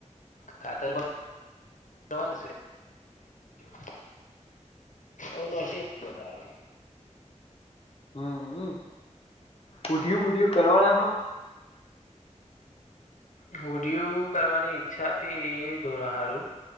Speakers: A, on the left (about 85°); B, on the left (about 50°).
A: ખાતર પણ <unintelligible> ઓ નસીબ બધાના
B: હમ્મ બૂઢિયું બુઢિયુ કરવાના હો
A: <unintelligible> કરવાની ઈચ્છા હતી એ <unintelligible>